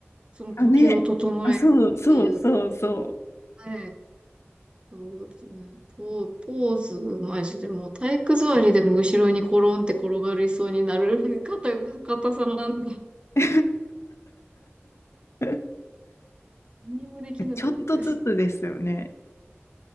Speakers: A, on the right; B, on the left.
A: その呼吸を整えるっていう。
B: あ、ね。あ、そうそうそうそ
A: はい。そうですね。ポ、ポーズ、マジでもう体育座りでも後ろにコロンって転がりそうになる <laughs> 硬が、硬さなんで、
B: う。<laughs>
A: 何もできなかったです。
B: <laughs> ちょっとずつですよね。